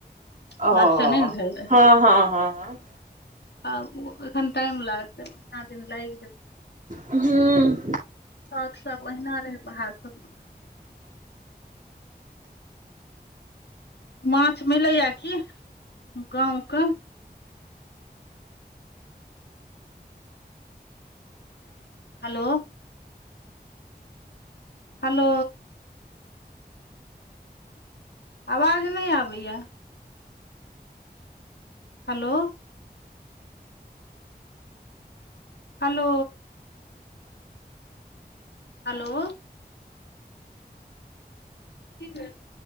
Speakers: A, on the left; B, on the right.
A: प्लास्टर
B: ओ
A: नहि ने भेल रहे
B: हँ हँ हँ हँ
A: आब एखन टाइम लागतै महिना दिन लागि जेतै
B: हूँ
A: छत सब ओहिना रहै बाहर सब माछ मिलैए की गाँवके हेलो हेलो आवाज नहि आबैय हेलो हेलो हेलो की <unintelligible>